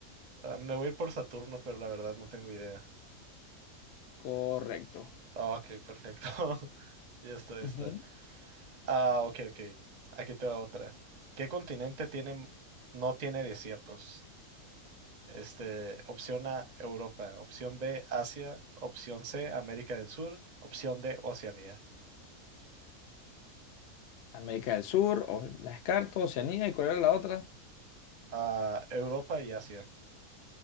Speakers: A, on the right; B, on the left.
A: Ah, me voy a ir por Saturno, pero la verdad no tengo idea.
B: Correcto.
A: Ah, ok, perfecto. <laughs> Ya está, ya
B: Ujú.
A: está. Ah, ok, ok. Aquí te va otra. ¿Qué continente tiene, no tiene desiertos? Este, opción A, Europa. Opción B, Asia. Opción C, América del Sur. Opción D, Oceanía.
B: América del Sur, o la descarto, Oceanía, ¿y cuál era la otra?
A: Ah, Europa y Asia.